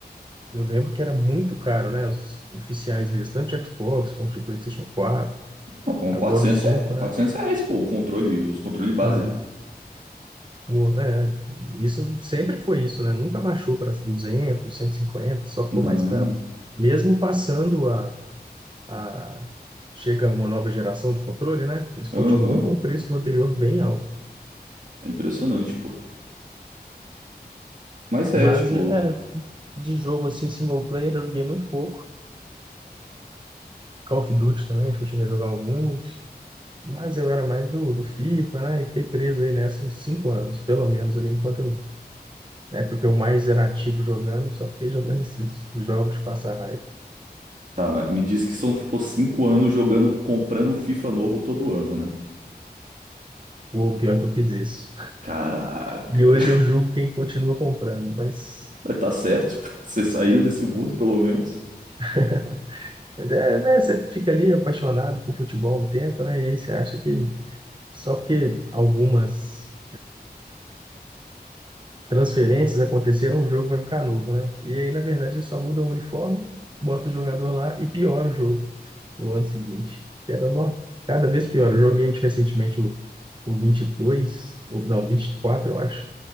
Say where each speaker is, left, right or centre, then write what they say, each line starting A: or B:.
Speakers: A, on the right; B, on the right.
A: Eu lembro que era muito caro, né? Os oficiais mesmo, tanto de Xbox quanto de PlayStation 4,
B: Não, é um
A: agora
B: quatrocentos
A: o 5,
B: é, 400
A: né?
B: reais, pô, o controle, os controle base.
A: é, O- É, isso sempre foi isso, né? Nunca baixou para 200, 150, só ficou
B: Não,
A: mais caro. Mesmo passando a, a... Chega uma nova geração de controle, né? Eles continuam
B: aham,
A: com o preço do anterior bem alto.
B: é impressionante, pô. Mas
A: Mas,
B: é, tipo,
A: é, de jogo assim, single player, eu joguei muito pouco. Call of Duty também, acho que eu cheguei a jogar alguns. Mas eu era mais do, do FIFA, né? E fiquei preso aí nessa uns cinco anos, pelo menos, ali, enquanto eu. Na época que eu mais era ativo jogando, só fiquei jogando esses jogos de passar raiva.
B: tá, mas me diz que são, ficou cinco anos jogando, comprando FIFA novo todo ano, né?
A: Ou pior é que eu fiz isso.
B: Caraca,
A: E hoje
B: <laughs>
A: eu julgo quem continua comprando, mas.
B: tá certo, <laughs> você saiu desse mundo pelo menos.
A: <laughs> Mas é, né? Você fica ali apaixonado por futebol um tempo, né? E aí você acha que só porque algumas transferências aconteceram, o jogo vai ficar novo, né? E aí, na verdade, eles só mudam o uniforme, bota o jogador lá e piora o jogo. no ano seguinte. Era nó, cada vez pior. Eu joguei recentemente o, o 22 ou, não, 24, eu acho,